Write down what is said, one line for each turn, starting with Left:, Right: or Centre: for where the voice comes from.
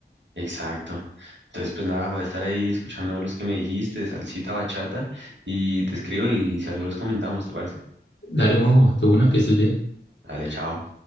Right: Exacto. Entonces, pues nada, voy a estar ahí escuchando los que me dijiste, salsita, bachata, y te escribo y si algo los comentamos, ¿te parece?
Left: Dale, Juanjo, de una, que estés bien.
Right: Dale, chao.